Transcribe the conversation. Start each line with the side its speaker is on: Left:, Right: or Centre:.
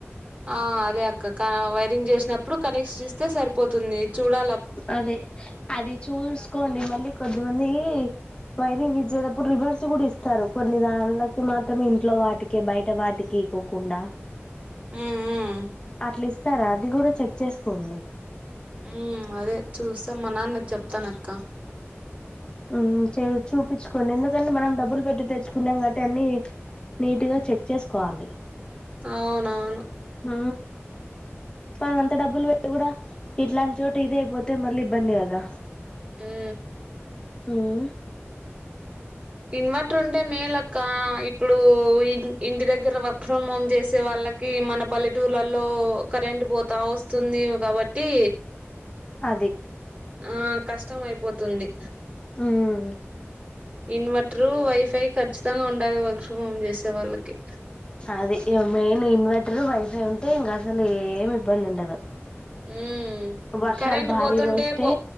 Right: ఆ అదే అక్క కా వైరింగ్ చేసినప్పుడు కనెక్షన్ ఇస్తే సరిపోతుంది చూడాల
Left: అదే అది చూస్ కోండి మళ్లి కొద్దిమందీ వైరింగ్ గిచ్చేదప్పుడు రివర్స్ కూడా ఇస్తారు కొన్ని దాన్ లకి మాత్రమే ఇంట్లో వాటికి బయట వాటికి ఇకోకుండా
Right: ఉమ్ ఉమ్
Left: అట్లీ స్తారా అది కూడా చెక్ చేస్ కోండి
Right: ఊమ్ అదే చూస్తాం మా నాన్నక్ చెప్తానక్క
Left: ఊమ్ చో చూపించుకోండి ఎందుకంటే మనం డబ్బులు పెట్టి తెచ్చుకున్నాం కాబట్టి అన్ని నీటి గా చెక్ చేస్ కోవాలి
Right: అవునవును
Left: హూ మనం అంత డబ్బులు పెట్టి కూడా ఇట్లాంటి చోట ఇద అయిపోతే మళ్ళీ ఇబ్బంది కదా
Right: హూ
Left: ఉమ్
Right: ఇన్వర్టర్ ఉంటే మే లక్క ఇప్పుడు ఇం ఇంటి దగ్గర వర్క్ ఫ్రమ్ హోమ్ చేసే వాళ్ వాళ్ళకి మన పల్లెటూర్లలో కరెంట్ పోతా వస్తుంది ఏమో కాబట్టి
Left: అది
Right: ఆ కష్టం అయిపోతుంది
Left: ఉమ్
Right: ఇన్వర్టరు వైఫై ఖచ్చితంగా ఉండాలి వర్క్ ఫ్రమ్ హోమ్ చేసే వాళ్ళకి
Left: అది ఇగ మెయిన్ ఇన్వర్టర్ వైఫై ఉంటే ఇంకా అసలు ఏమి ఇబ్బంది ఉండదు
Right: హ్మ్
Left: వర్షాలు
Right: కరెంట్
Left: భారీగా
Right: పోతుంటే
Left: వస్తే
Right: పో